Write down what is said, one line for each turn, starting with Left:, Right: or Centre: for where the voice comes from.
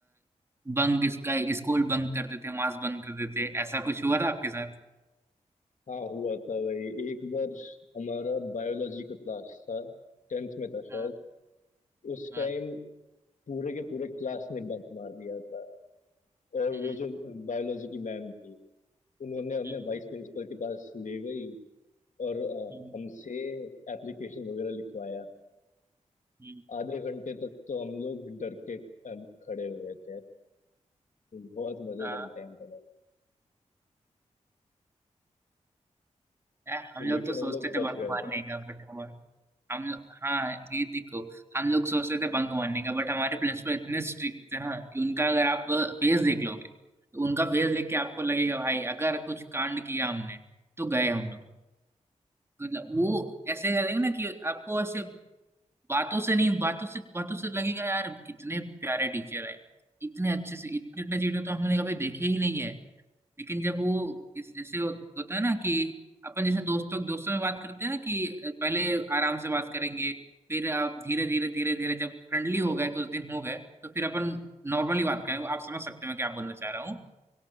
Right: बंक इसका स्कूल बंक करते थे मास बंक करते थे ऐसा कुछ हुआ था आपके साथ
Left: हाँ हुआ था भाई एक बार हमारा बायोलॉजी का क्लास था टेंथ में था
Right: हाँ
Left: शायद उस
Right: हाँ
Left: टाइम पूरे के पूरे क्लास ने बंक मार दिया था और
Right: हम्म,
Left: वो जो बायोलॉजी की मैम थी उन्होंने हमें
Right: हम्म,
Left: वाइस प्रिंसिपल के पास ले गई और अ,
Right: हम्म,
Left: हमसे एप्लीकेशन वगैरह लिखवाया
Right: हम्म,
Left: आधे घंटे तक तो हम लोग डर के अ, खड़े हुए थे बहुत मजेदार
Right: हाँ
Left: टाइम था भाई
Right: यार, हम
Left: लेकिन
Right: लोग तो सोचते
Left: हम लोग
Right: थे
Left: बच
Right: बंक
Left: गए
Right: मारने
Left: थे
Right: का बट हमारे हम लोग हाँ ये देखो हम लोग सोचते थे बंक मारने का बट हमारे प्रिंसिपल इतने स्ट्रिक्ट थे ना कि उनका अगर आप फेस देख लोगे तो उनका फेस देख के आपको लगेगा भाई अगर कुछ कांड किया हमने तो गए हम लोग मतलब वो ऐसे करेंगे ना कि आपको ऐसे बातों से नहीं बातों से बातों से लगेगा यार कितने प्यारे टीचर हैं इतने अच्छे से इतने इतने चीजें तो हमने कभी देखे ही नहीं है लेकिन जब वो इस जैसे हो, होता है ना कि अपन जैसे दोस्तों दोस्तों में बात करते हैं ना कि पहले आराम से बात करेंगे फिर आप धीरे धीरे धीरे धीरे जब फ्रेंडली हो गए कुछ दिन हो गए तो फिर अपन नॉर्मली बात करें आप समझ सकते हैं मैं क्या बोलना चाह रहा हूँ